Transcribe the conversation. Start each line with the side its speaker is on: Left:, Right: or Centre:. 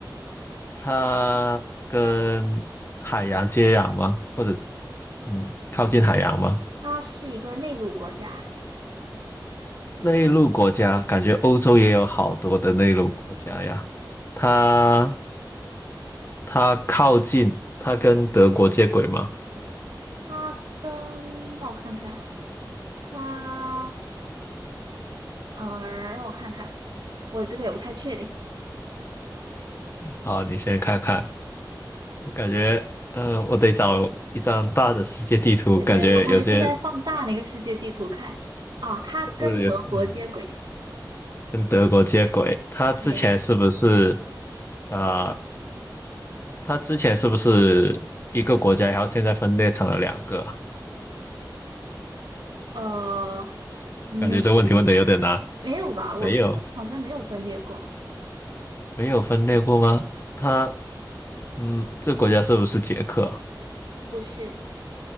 Left: 它跟海洋接壤吗？或者嗯，靠近海洋吗？
Right: 它是一个内陆国家。
Left: 内陆国家，感觉欧洲也有好多的内陆国家呀。它它靠近，它跟德国接轨吗？
Right: 它跟，那我看看啊，它，呃，让我看看，我这个也不太确定。
Left: 好，你先看看。我感觉，呃，我得找一张大的世界地图，
Right: 对对，
Left: 感觉有些
Right: 我我也是在放大那个世界地图看。啊，它跟德国接轨。
Left: 是有，嗯，跟德国接轨。他之前是不是，
Right: 对，
Left: 呃，他之前是不是一个国家，然后现在分裂成了两个？
Right: 呃，没有，
Left: 感觉这问题问的有点难。
Right: 没有吧？我印象中好像没有分裂过。
Left: 没有，没有分裂过吗？他，嗯，这国家是不是捷克？
Right: 不是，